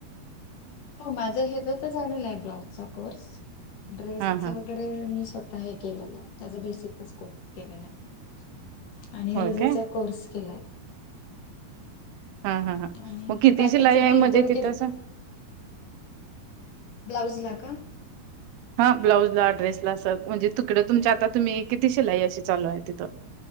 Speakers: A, on the left (about 60°); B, on the right (about 75°).
A: हो माझं हेच तर झालेलं आहे ब्लाऊजचा कोर्स ड्रेस
B: हा हा
A: व वरे मी स्वतः हे केलेलं आहे त्याचा बेसिकच कोर्स केले नाही. आणि
B: होय
A: रजेचा
B: काय
A: कोर्स केलाय.
B: हा हा हा
A: आणि
B: मग किती
A: हे बाकीच
B: शिलाई आहे
A: किरकोळ,
B: म्हणजे तिथं
A: किरकोळ
B: असं
A: ब्लाऊज ला का
B: हा ब्लाउजला ड्रेसला असग म्हणजे तुकडें तुमच्या आता तुम्ही किती शिलाई अशी चालू आहे तिथं